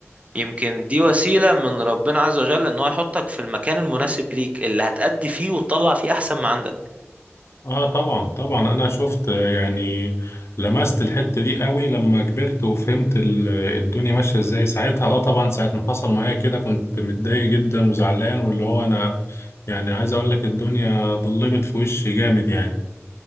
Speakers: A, on the right (about 30°); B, on the left (about 65°).
A: يمكن دي وسيلة من ربنا عز وجل ان هو يحطك في المكان المناسب ليك اللي هتأدي فيه وتطلع فيه احسن ما عندك
B: اه طبعا طبعا انا شفت آه، يعني لمست الحتة دي قوي لما كبرت وفهمت ال- الدنيا ماشية ازاي ساعتها اه طبعا ساعة ما حصل معايا كده كنت متضايق جدا وزعلان واللي هو انا يعني عايز اقول لك الدنيا ضلمت في وشي جامد يعني